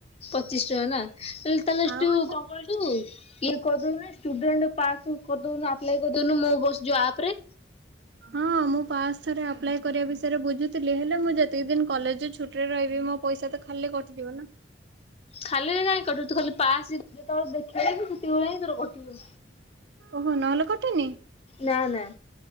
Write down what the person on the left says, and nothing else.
ପଚିଶି ଟଙ୍କା ନା? ମୁଁ କହିଲି ତାହେଲେ
ତୁ କ କହିଲୁ ଇଏ କରଦଉନ ଷ୍ଟୁଡେଣ୍ଟ ପାସ୍ ବୁକ୍ କରଦଉନ ଆପ୍ କରଦଉନୁ ମୋ ବସ୍ ଯୋଉ ଆପ୍ ରେ।
ଖାଲିରେ କାଇଁ କଟୁ ତୁ ଖାଲି ପାସ୍ ଯେ- ଯେତଳେ ଦେଖିଇବୁ ସେତେବେଳେ ଯାଇକି ତୋର କଟିବ।
ନା, ନା।